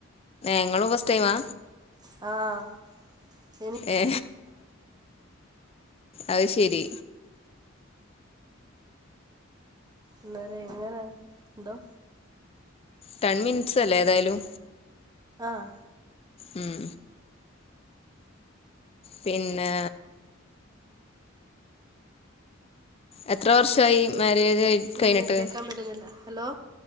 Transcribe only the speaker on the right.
!!!!!!!!!!
അന്നേരം എങ്ങനാ എന്തോ
ആഹ്
പിന്നെ
കേക്കാൻ പറ്റുന്നില്ല ഹലോ